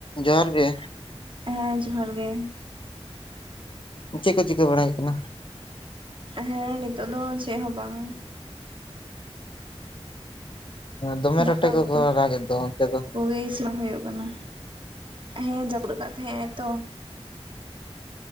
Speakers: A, on the left; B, on the right.
A: ᱡᱚᱦᱟᱸᱨ ᱜᱮ
B: ᱦᱮᱸ ᱡᱚᱦᱟᱸᱨ ᱜᱮ
A: ᱪᱮᱫ ᱠᱚ ᱪᱤᱠᱟᱹ ᱵᱟᱲᱟᱭ ᱦᱳᱭᱳᱜ ᱠᱟᱱᱟ
B: ᱦᱮᱸ ᱱᱤᱛᱚᱜ ᱫᱚ ᱪᱮᱫ ᱦᱚᱸ ᱵᱟᱝ
A: ᱫᱚᱢᱮ
B: ᱫᱟᱠᱟ
A: ᱨᱚᱴᱮ ᱠᱚᱠᱚ
B: ᱩᱛᱩ
A: ᱨᱟᱜᱮᱫ ᱫᱚ ᱚᱱᱛᱮ ᱫᱚ?
B: ᱠᱚ ᱜᱮ ᱤᱥᱤᱱ ᱦᱩᱭᱩᱜ ᱠᱟᱱᱟ ᱦᱮᱸ ᱡᱟᱹᱯᱩᱫ ᱞᱟᱫ ᱛᱟᱸᱦᱮᱜ ᱟᱭ ᱛᱚ